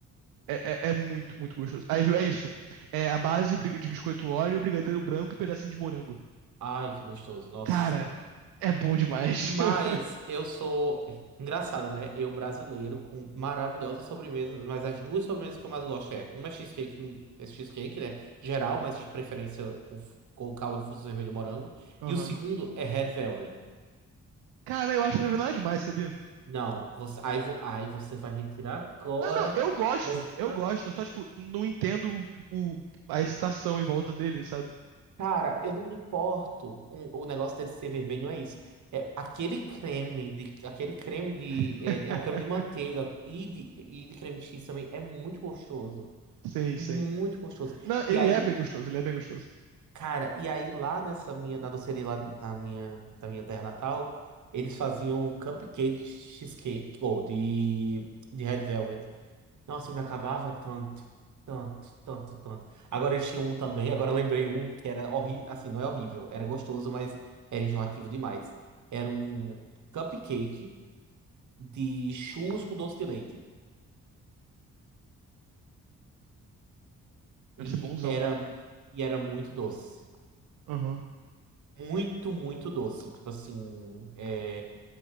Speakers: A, on the right (about 65°); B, on the right (about 50°).
A: É, é, é muito, muito gostoso. Aí, viu, é isso. É a base de, bri- de biscoito Oreo, brigadeiro branco e pedacinho de morango.
B: Ai, que gostoso. Nossa.
A: Cara, é bom demais.
B: Mas
A: <laughs>
B: eu sou. Engraçado, né? Eu brasileiro com maravilhosas sobremesas, mas as duas sobremesas que eu mais gosto é uma é cheesecake, é cheesecake, né? Geral, mas de preferência com, f- com calda de frutos vermelho e morango.
A: Aham.
B: E o segundo é Red Velvet.
A: Cara, eu acho que não é nada demais, sabia?
B: Não, você, aí, vo- aí você vai retirar agora
A: Não, não, eu gosto,
B: essa.
A: eu gosto. Eu só, tipo, não entendo o, o- a excitação em volta dele, sabe?
B: Cara, eu não me importo com o negócio dele ser vermelho, não é isso. É aquele creme de, aquele creme de,
A: <laughs>
B: é, é um creme de manteiga e de, e de creme de cheese também é muito gostoso.
A: Sim,
B: Muito
A: sim.
B: gostoso.
A: Não,
B: E
A: ele
B: aí,
A: é bem gostoso, ele é bem gostoso.
B: cara, e aí lá nessa minha, na doceria lá na minha, da minha terra natal, eles faziam cupcake cheesecake, ou de, de Red Velvet. Nossa, eu me acabava tanto, tanto, tanto, tanto. Agora eles tinham um também, agora eu lembrei um que era horrível, assim, não é horrível, era gostoso, mas era enjoativo demais. Era um cupcake de churros com doce de leite.
A: Deve
B: E
A: ser bonzão.
B: era, e era muito doce.
A: Aham.
B: Muito, muito doce. Tipo assim, é,